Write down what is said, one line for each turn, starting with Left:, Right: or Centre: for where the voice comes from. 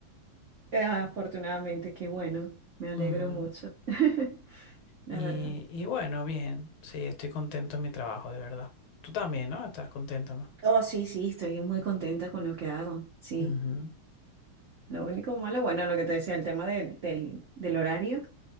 Right: Eh, Afortunadamente, qué bueno, me alegro
Left: Ujú.
Right: mucho, <laughs> la
Left: Y,
Right: verdad.
Left: y bueno, bien, sí, estoy contento en mi trabajo, de verdad. Tú también, ¿no? Estás contento, ¿no?
Right: Oh, sí, sí, estoy muy contenta con lo que hago, sí.
Left: Ujú.
Right: Lo único malo, bueno, lo que te decía, el tema del del- del horario.